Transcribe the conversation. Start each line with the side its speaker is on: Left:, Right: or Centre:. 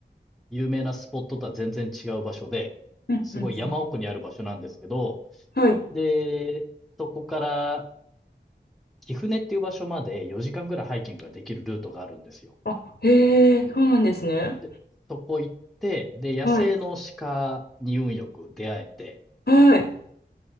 Centre: う、有名なスポットとは全然違う場所で、
Left: うん、
Centre: すごい山奥にある場所なんですけど、
Left: うん、うん。はい。
Centre: で、そこから貴船っていう場所まで4時間ぐらいハイキングができるルートがあるんですよ。
Left: あ、へえ、そうなんですね。
Centre: で、そこ行って、で、野生の鹿に運よく出会えて、
Left: はい、はい、